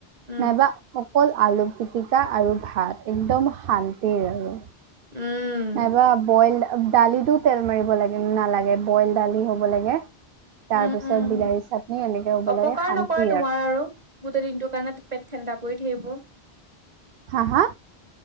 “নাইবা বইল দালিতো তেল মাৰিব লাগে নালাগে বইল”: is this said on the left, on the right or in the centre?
Right